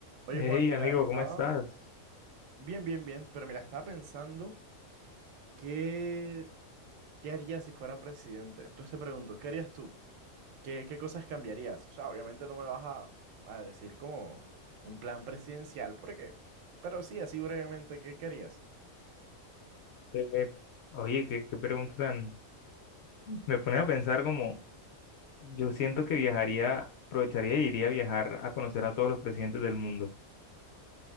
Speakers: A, on the right; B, on the left.
A: Oye,
B: Hey,
A: Juan, mira,
B: amigo,
A: estaba
B: ¿cómo estás?
A: bien, bien, bien, pero mira, estaba pensando qué, qué haría si fuera presidente. Entonces te pregunto, ¿qué harías tú? ¿Qué, qué cosas cambiarías? O sea, obviamente no me vas a, a decir como un plan presidencial, porque, pero sí, así brevemente, ¿qué querías?
B: Eh, oye, qué, qué pregunta tan... Me pones a pensar como, yo siento que viajaría, aprovecharía y iría a viajar a conocer a todos los presidentes del mundo.